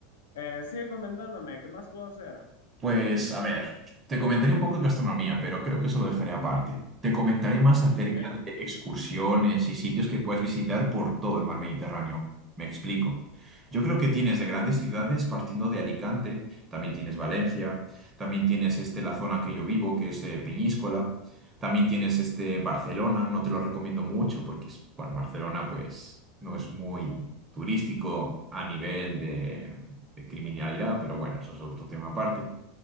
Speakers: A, on the left (about 80°); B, on the right (about 25°).
A: eh, sigue comentándome, ¿qué más puedo hacer?
B: Pues a ver, te comentaré un poco de gastronomía, pero creo que eso lo dejaré aparte. Te comentaré más acerca
A: Ok,
B: de excursiones y sitios que puedes visitar por todo el mar Mediterráneo. Me explico. Yo creo que tienes de grandes ciudades, partiendo de Alicante, también tienes Valencia, también tienes este, la zona que yo vivo, que es eh, Peñíscola, también tienes este, Barcelona, no te lo recomiendo mucho porque es, bueno, Barcelona pues no es muy turístico a nivel de de criminalidad, pero bueno, eso es otro tema aparte.